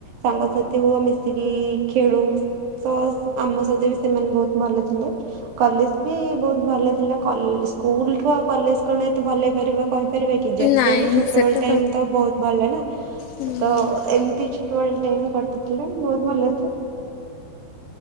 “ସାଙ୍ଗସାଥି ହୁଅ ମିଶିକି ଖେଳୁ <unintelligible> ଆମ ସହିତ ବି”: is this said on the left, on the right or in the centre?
Right